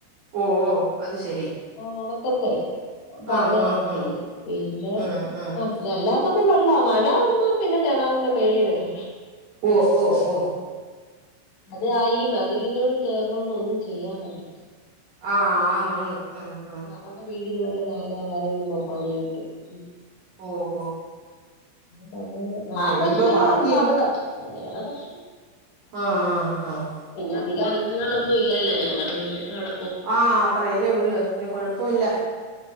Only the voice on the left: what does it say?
ആഹ് ഒണക്കത്തെ പ്പൊ
അങ്ങനെ
ചെയ്യും
പിന്നെ
ആ പിന്നല്ലാ. ത്തപ്പ വെള്ളാ മഴ വന്നാ പിന്നെ കെണർന്റെ മേളി വരെ.
അത് ആ ഈ മതിലിനോട് ചേർന്നൊണ്ടൊന്നും ചെയ്യാൻ പറ്റത്തി
അവർടെ വീടിന് വല്ല തകരാറായൽ ഇപ്പം പണി കിട്ടും.
പങ്ങനെ
ആ
പ്രശ്നങ്ങള്
ള്ളഅവടെ പിന്നെ വേറെ പ്രശ്നം
പിന്ന അധിക അംഗങ്ങളൊന്നും ഇല്ലല്ലോ ഞങ്ങള് പിന്നെ നട.